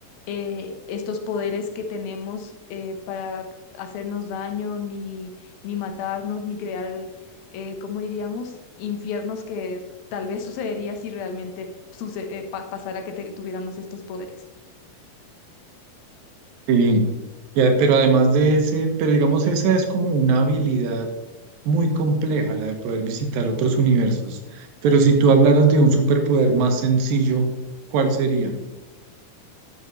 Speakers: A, on the left; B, on the right.
A: eh, estos poderes que tenemos eh, para hacernos daño, ni, ni matarnos, ni crear eh, ¿cómo diríamos? Infiernos que tal vez sucedería si realmente suce- eh, pa- pasara que te- tuviéramos estos poderes.
B: Sí, ya, pero además de ese, pero digamos, esa es como una habilidad muy compleja, la de poder visitar otros universos. Pero si tú hablaras de un superpoder más sencillo, ¿cuál sería?